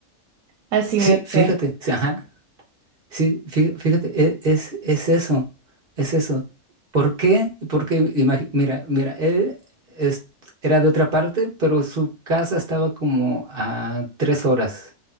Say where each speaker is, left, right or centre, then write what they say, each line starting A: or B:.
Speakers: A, on the right; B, on the right.
A: así
B: sí,
A: debe
B: fíjate,
A: ser.
B: sí, ajá, sí, fí- fíjate, e- es, es eso, es eso. ¿Por qué? Porque, imagi- mira, mira, él es- era de otra parte, pero su casa estaba como a tres horas.